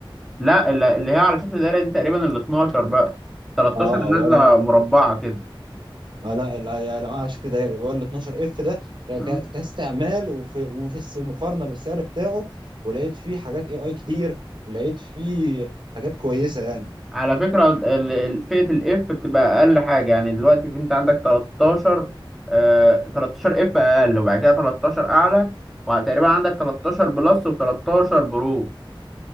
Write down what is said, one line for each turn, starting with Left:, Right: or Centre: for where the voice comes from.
Centre: لا ال- اللي هي على شكل دايرة دي تقريبا ال 12 بقى 13
Right: اه
Centre: نازلة
Right: اه ولا
Centre: مربعة كده
Right: آه لا لا يا لا على شكل دايره يبقى ال 12 اف ده ك-
Centre: مم.
Right: ك- كاستعمال وفي وفي الس- مقارنه بالسعر بتاعه ولقيت فيه حاجات اي اي كتير لقيت فيه حاجات كويسه يعني
Centre: على فكرة ال- ال- فئة الاف بتبقى أقل حاجة يعني دلوقتي في- أنت عندك 13 آه 13 اف أقل وبعد كده 13 أعلى وتقريبا عندك 13 بلس و13 برو